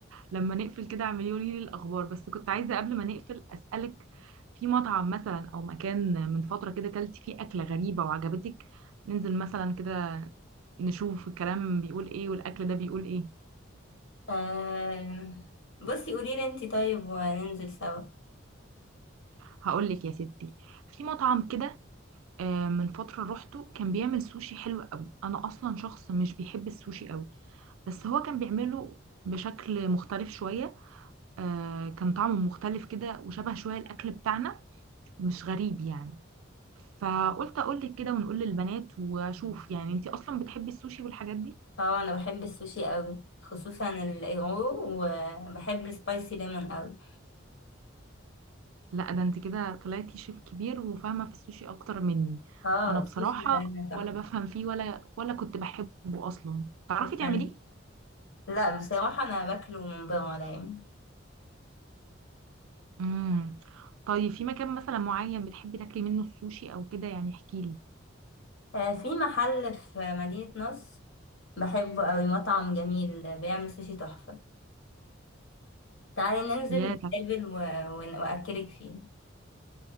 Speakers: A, on the right; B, on the left.
A: لما نقفل كده اعملي لي الاخبار بس كنت عايزة قبل ما نقفل اسألك في مطعم مثلا او مكان من فترة كده كلتي فيه اكلة غريبة وعجبتك ننزل مثلا كده نشوف الكلام بيقول ايه والاكل ده بيقول ايه
B: أم... بصي قولي لي انتي طيب وننزل سوا
A: هقول لك يا ستي في مطعم كده آه، من فترة روحته كان بيعمل سوشي حلو قوي أنا أصلا شخص مش بيحب السوشي قوي بس هو كان بيعمله بشكل مختلف شوية آه، كان طعمه مختلف كده وشبه شوية الأكل بتاعنا مش غريب يعني فقلت أقولك كده ونقول للبنات وأشوف يعني أنتي أصلا بتحبي السوشي والحاجات دي؟
B: اه انا بحب السوشي قوي خصوصا الايغو وبحب السبايسي ليمون قوي
A: لا ده أنت كده طلعتي شيف كبير وفاهمة في السوشي أكتر مني
B: اه
A: أنا بصراحة
B: السوشي ده تحفه
A: ولا بفهم فيه ولا ولا كنت بحبه أصلا تعرفي تعمليه؟
B: يعني لا بصراحه انا باكله من بره دايما
A: امم طيب في مكان مثلا معين بتحبي تاكلي منه السوشي او كده يعني احكي لي
B: آه، في محل في مدينة نصر بحبه قوي مطعم جميل بيعمل سوشي تحفة تعالي ننزل
A: يا
B: نتقابل
A: طب
B: و... ون- وأكلك فيه